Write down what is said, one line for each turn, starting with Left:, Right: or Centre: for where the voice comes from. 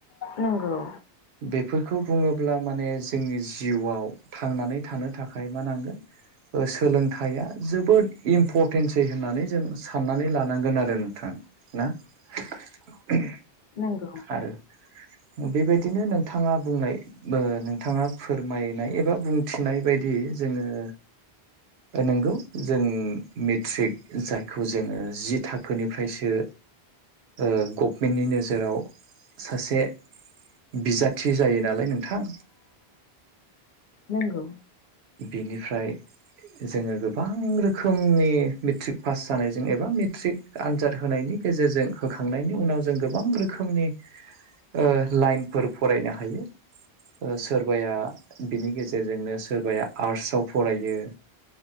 Left: नोंगौ
Right: बेफोरखौ बुङोब्ला माने जोंनि जिउआव थांनानै थानो थाखाय मा नांगोन सोलोंथाइया जोबोद इम्परटेन्सै होननानै जों साननानै लानांगोन आरो नोंथां ना औ
Left: नंगौ
Right: आरो बेबायदिनो नोंथाङा बुंनाय नोंथाङा फोरमायनाय एबा बुंथिनाय बायदि जोङो नंगौ जों मेट्रिक जायखौ जोङो जि थाखोनिफ्रायसो ओ गभमेन्टनि नोजोराव सासे बिजाथि जायो नालाय नोंथां
Left: नंगौ
Right: बेनिफ्राय जोङो गोबां रोखोमनि मेट्रिक पास जानायजों एबा मेट्रिक आनजाद होनायनि गेजेरजों होखांनायनि उनाव जों गोबां रोखोमनि ओ लाइनफोर फरायनो हायो सोरबाया बिनि गेजेरजोंनो सोरबाया आर्टसआव फरायो